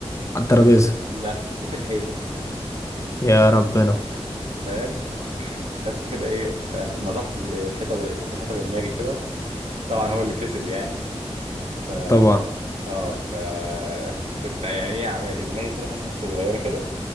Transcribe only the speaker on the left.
على الترابيزه
يا ربنا
طبعا